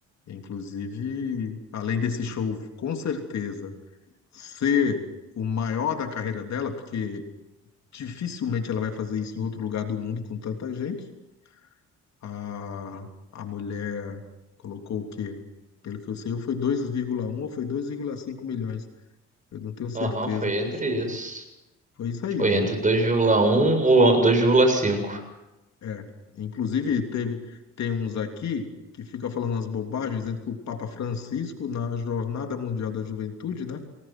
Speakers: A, on the left; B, on the right.
A: inclusive, além desse show, com certeza, ser o maior da carreira dela, porque dificilmente ela vai fazer isso em outro lugar do mundo com tanta gente. A, a mulher colocou o quê? Pelo que eu sei, foi dois vírgula um ou foi dois vírgula cinco milhões. Eu não tenho certeza
B: Aham, foi
A: desse.
B: entre isso.
A: Foi isso aí,
B: Foi
A: não foi?
B: entre dois, vírgula um ou dois, vírgula cinco.
A: É, inclusive teve tem uns aqui que fica falando as bobagens dentro que o Papa Francisco na Jornada Mundial da Juventude, né,